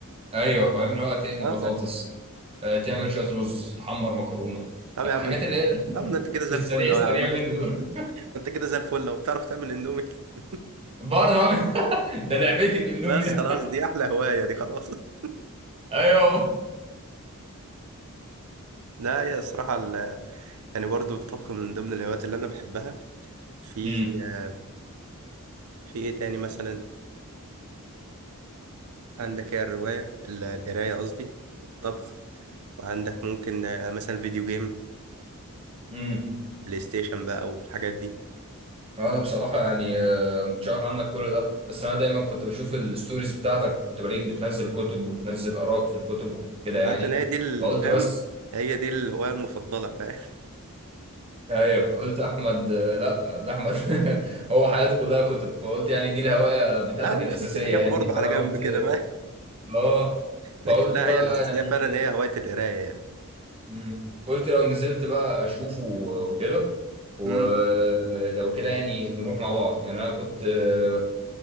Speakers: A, on the right; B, on the right.
A: ايوه فاهم اللي هو تقلي
B: اه
A: بطاطس آه، تعمل شوية رز تحمر مكرونة
B: طب
A: الحاجات
B: يا عم انت
A: اللي هي
B: طب ما انت كده زي
A: في السريع
B: الفل لو
A: السريع
B: يا عم
A: منه ده
B: <laughs> انت كده زي الفل لو بتعرف تعمل اندومي <laughs>
A: <laughs> بعرف اعمل <laughs> ده لعبتي الاندومي
B: بس خلاص دي احلى هوايه دي خلاص <laughs>
A: ايوه
B: لا يا الصراحه ال... يعني برضو الطبخ من ضمن الهوايات اللي انا بحبها في
A: <laughs> امم
B: آه، في ايه تاني مثلا عندك هي الروايه ال- القرايه قصدي والطبخ وعندك ممكن آه، مثلا فيديو جيم
A: امم
B: بلاي ستيشن بقى والحاجات دي
A: انا بصراحه يعني آه، ما كنتش عارف عنك كل ده بس انا دايما كنت بشوف الستوريز بتاعتك كنت بلاقيك بتنزل كتب وتنزل اراك في الكتب وكده
B: ما
A: يعني
B: عشان هي دي الفهم
A: فقلت بس
B: هي دي الهواية المفضلة فاهم <laughs>
A: ايوه قلت احمد آه، لا ده احمد <laughs> هو حياته كلها كتب فقلت يعني دي الهوايه بتاعتك
B: لا هو
A: الاساسيه
B: في في حاجات
A: يعني
B: برضه على
A: فانا
B: جنب
A: قلت
B: كده فاهم
A: اه فقلت
B: لكن لا
A: بقى
B: هي الأساسية
A: يعني
B: فعلا هي هواية القراية يعني
A: مم. قلت لو نزلت بقى اشوفه وكده ولو
B: امم
A: كده يعني نروح مع بعض يعني انا كنت آه،